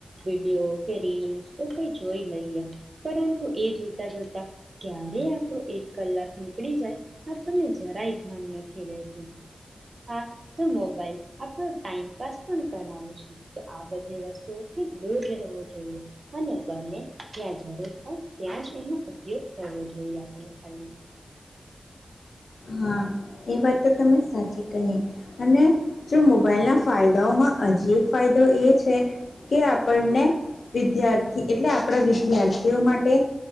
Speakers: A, on the right; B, on the left.
A: વિડીયો કે રીલસ એ કઈ જોઈ લઈએ, પરંતુ એ જોતા જોતા ક્યારેય આપડો એક કલાક નીકળી જાય આપણને જરાય ભાન નથી રહેતું. હા, તો મોબાઈલ. આપણો ટાઈમપાસ પણ કરાવે છે, તો આ બધી વસ્ તુ થી દૂર રહેવુ જોઈએ અને બને ત્યાં જરૂર હોાય ત્યાં જ એનો ઉપયોગ કરવો જોઈએ આપણે ખાલી
B: હા એ વાત તો તમે સાચી કહી અને જો મોબાઈલના ફાયદાઓમાં અજી એક ફાયદો એ છે કે આપણને વિદ્યાર્થી એટલે આપણા વિદ્યાર્થીઓ માટે